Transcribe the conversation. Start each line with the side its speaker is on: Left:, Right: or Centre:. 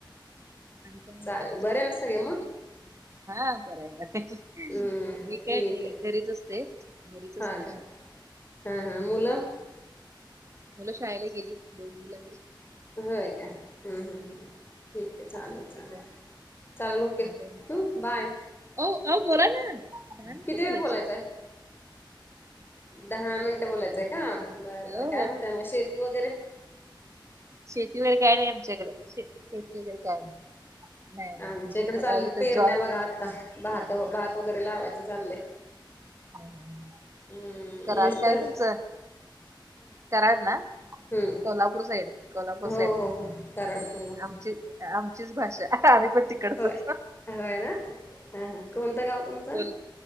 Right: आणि काय म्हणता
Left: चालेल
Right: काय
Left: बरे ना सगळे
Right: चाललंय?
Left: मग
Right: हा बरय बरहाय
Left: हम्म
Right: मी काय
Left: ठीक
Right: नाही
Left: आहे
Right: घरीच असते घरीच असते
Left: हा का
Right: मी.
Left: हा
Right: हम्म.
Left: हा मुलं?
Right: मुलं शाळेला गेली दोन मुलं आहे.
Left: हो का? हम्म हम्म हम्. ठीक आहे चालेल
Right: बाकी
Left: चालेल
Right: काय
Left: चालेल ओके
Right: आणि काय म्हणता
Left: हो बाय.
Right: ओ आव बोला ना दहा मिनिट
Left: किती
Right: बोलायचं.
Left: वेळ आहे दहा मिनटं बोलायचंय का बरबर
Right: हो
Left: काय म्हणतय मग शेती वगैरे?
Right: शेती वैर काय नाही आमच्या इकड शेती वगैरे काय नाही. नाही नाही
Left: आमच्या
Right: इथे
Left: इकडे चाल
Right: अहो, इथं
Left: पेरण्या
Right: जॉब
Left: बघा आता भात भात वगैरे लावायचं चाललंय.
Right: हम हम
Left: हम्म
Right: कराड
Left: मिस्टर
Right: काय तुमचं? कराड ना
Left: हम्म
Right: कोल्हापूर साईड कोल्हापूर
Left: हो
Right: साईड
Left: हो हो कराड कोल्हापूर
Right: आमची आमचीच भाषा आम्ही पण तिकडचोच.
Left: होय होय ना हं हं कोणतं गाव तुमचं?
Right: कोल